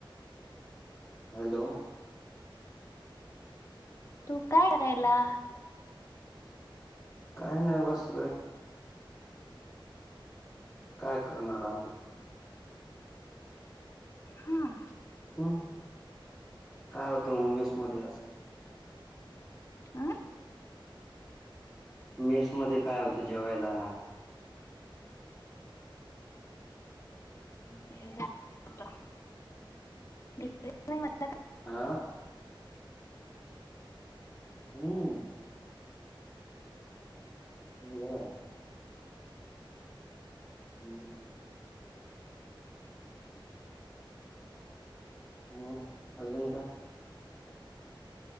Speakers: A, in the centre; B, on the left (about 35°).
A: हॅलो.
B: तू काय करायला.
A: काही नाही बसलय. काय करणार आहोत.
B: हम्म
A: हम् काय होतं मेश मध्ये आज.
B: आं.
A: मेस मध्ये काय होतं जेवायला.
B: हो नाही म <inaudible>
A: हा. हु. नको मला. हम्म. मग अजून काय.